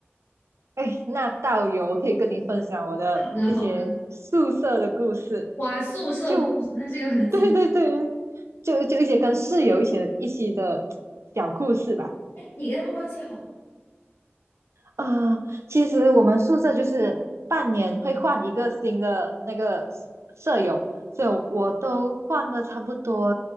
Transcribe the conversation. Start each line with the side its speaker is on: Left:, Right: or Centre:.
Right: 哎，那道友，我可以跟你分享我的一些宿舍的故事，
Left: 好的，好的。哇，宿舍故事，
Right: 就，
Left: 那这个很精。
Right: 对对对，就就一些跟室友一些一些的小故事吧。
Left: 你跟他们关系好吗
Right: 啊，其实我们宿舍就是半年会换一个新的那个舍友，所以我都换了差不多